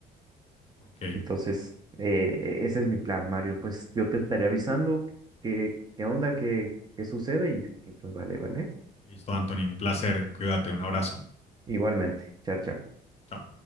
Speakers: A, on the left; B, on the right.
A: Ok,
B: Entonces, eh, ese es mi plan, Mario. Pues yo te estaré avisando qué, qué onda, qué, qué sucede y, y pues vale, vale.
A: listo, Anthony, un placer, cuídate, un abrazo.
B: Igualmente, chao, chao.
A: Chao.